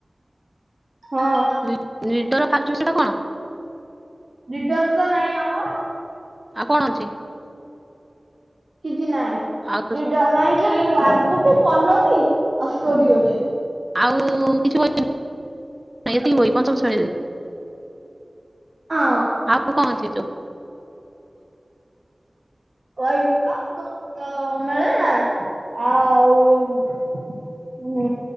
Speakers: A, on the right (about 60°); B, on the right (about 25°).
A: ହଁ।
B: ନି ନିଡର ଫାଷ୍ଟ ବିଷୟଟା କଣ?
A: ନିଡରତ ନାହିଁ ଆମର।
B: ଆଉ କଣ ଅଛି?
A: କିଛି ନାଇଁ?
B: ଆଉ
A: ନିଡର ନାହିଁ? ଖାଲି ୱାର୍ଡବୁକ ପଲ୍ଲବି ଆଉ ଷ୍ଟୋରୀ ଅଛି।
B: ଆଉ କିଛି ବହି ନାଇଁ ଏତିକି ବହି ପଞ୍ଚମ ଶ୍ରେଣୀରେ।
A: ଅଁ
B: ଆଉ କଁ ଅଛି ସବୁ
A: କହିଲିବା ବିଜ୍ଞାନ ମେଳେ ଆଉ ଉଁ